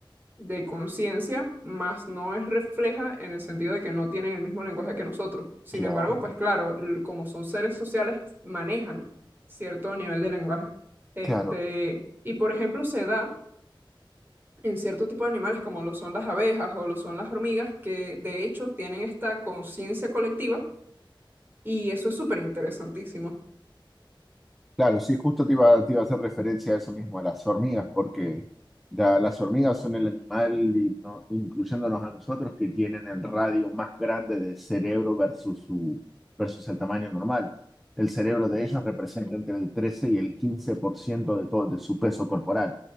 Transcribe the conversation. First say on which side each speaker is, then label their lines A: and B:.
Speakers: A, on the right; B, in the centre.
A: de conciencia, más no es refleja en el sentido de que no tienen el mismo lenguaje que nosotros. Sin
B: Claro,
A: embargo, pues claro, l- como son seres sociales, manejan cierto nivel de lenguaje. Este,
B: claro.
A: y por ejemplo, se da en cierto tipo de animales como lo son las abejas o lo son las hormigas, que de hecho tienen esta conciencia colectiva y eso es súper interesantísimo.
B: Claro, sí, justo te iba, te iba a hacer referencia a eso mismo, a las hormigas, porque la- las hormigas son el animal, y no- incluyéndonos a nosotros, que tienen el radio más grande del cerebro versus, su, versus el tamaño normal. El cerebro de ellos representa entre el 13 y el 15% de todo, de su peso corporal,